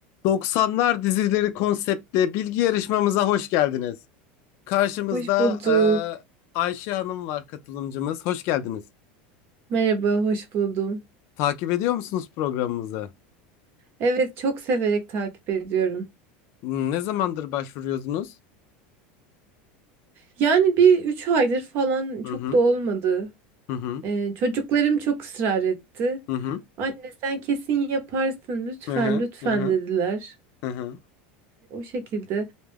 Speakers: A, on the left; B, on the right.
A: 90'lar dizileri konseptli bilgi yarışmamıza hoş geldiniz. Karşımızda
B: Hoş bulduk.
A: e, Ayşe Hanım var katılımcımız. Hoş geldiniz.
B: Merhaba, hoş buldum.
A: Takip ediyor musunuz programımızı?
B: Evet, çok severek takip ediyorum.
A: Hmm, Ne zamandır başvuruyorsunuz?
B: Yani bir üç aydır falan
A: Hı
B: çok
A: hı
B: da olmadı.
A: hı hı
B: Ee, çocuklarım çok ısrar etti.
A: hı
B: Anne sen kesin yaparsın lütfen
A: hı hı
B: lütfen
A: hı hı
B: dediler.
A: hı hı hı,
B: O şekilde